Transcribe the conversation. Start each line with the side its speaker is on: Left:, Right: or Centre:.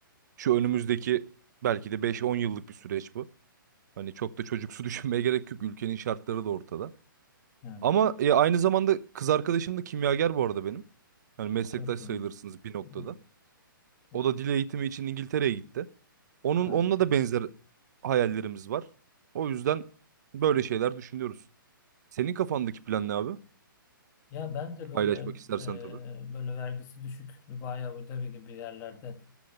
Right: Şu önümüzdeki belki de 5-10 yıllık bir süreç bu. Hani çok da çocuksu <laughs> düşünmeye gerek yok. Ülkenin şartları da ortada.
Left: Evet,
Right: Ama e, aynı zamanda kız arkadaşım da kimyager bu arada benim. Yani meslektaş
Left: çok iyi.
Right: sayılırsınız bir noktada.
Left: Evet, çok
Right: O da
Left: iyi.
Right: dil eğitimi için İngiltere'ye gitti. Onun
Left: Harika.
Right: onunla da benzer hayallerimiz var. O yüzden böyle şeyler düşünüyoruz. Senin kafandaki plan ne abi?
Left: Ya ben de böyle
Right: Paylaşmak istersen
Left: e,
Right: tabii.
Left: böyle vergisi düşük Dubai, Abu Dhabi gibi yerlerde